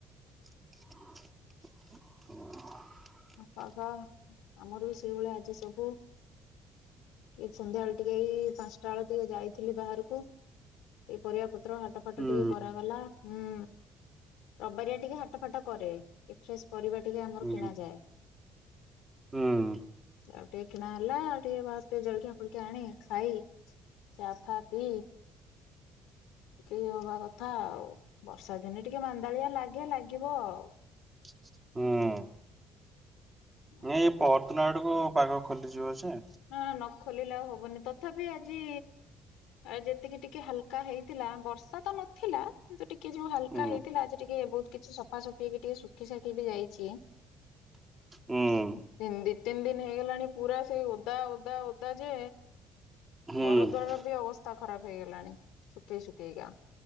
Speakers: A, on the right; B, on the left.
A: <inaudible>
B: ଓଃ ହୋ ଆମର ବି ସେଇଭଳିଆ ଆଜି ସବୁ। ଏଇ ସନ୍ଧ୍ୟା ବେଳେ ଟିକେ ଏଇ ପାଞ୍ଚଟା ବେଳକୁ ଯାଇଥିଲି ବାହାରକୁ। ଏଇ ପରିବା ପତ୍ର ହାଟ ଫାଟ
A: ହୁଁ
B: ଟିକେ କରାଗଲା। ହୁଁ ରବିବାରିଆ ଟିକେ ହାଟ ଫାଟ କରେ ଟିକେ ଫ୍ରେଶ ପରିବା ଟିକେ ଆମର
A: ହୁଁ
B: କିଣାାଯାଏ।
A: ହୁଁ।
B: ଆଉ ଟିକେ କିଣା ହେଲା ଆଉ ଟିକେ ବାହାରୁ ଟିକେ ଜଳଖିଆ ଫଳଖିଆ ଆଣି ଖାଇ ଚା ଫା ପି ଟିକେ ଇଏ ହବା କଥା ଆଉ ବର୍ଷା ଦିନେ ଟିକେ ମାନ୍ଦାଳିଆ ଲାଗେ ଲାଗିବ ଆଉ।
A: ହୁଁ।
B: <inaudible> ଆଉ।
A: ନାହିଁ ଏଇ ପରଦିନ ଆଡ଼କୁ ପାଗ ଖୋଲିଯିବ ଯେ
B: ହଁ ନ ଖୋଲିଲେ ଆଉ ହବନି ତଥାପି ଆଜି ଯେତିକି ଟିକେ ହାଲକା ହେଇଥିଲା ବର୍ଷା ତ ନଥିଲା। କିନ୍ତୁ ଟିକେ ଯୋଉ ହାଲକା
A: ହୁଁ
B: ହେଇଥିଲା ଆଜି ଟିକେ ବହୁତ କି ସଫା ସୁଫି ହେଇକି ଟିକେ ଶୁଖି ଶାଖି ବି ଯାଇଛି।
A: ହୁଁ
B: ତିନ ଦି ତିନି ଦିନ ହେଇଗଲାଣି ପୁରା ସେଇ ଓଦା ଓଦା ଓଦା ଯେ। ଘର
A: ହୁଁ।
B: ଦ୍ୱାର ବି ଅବସ୍ଥା ଖରାପ ହେଇଗଲାଣି ଶୁଖେଇ ଶୁଖେଇକା।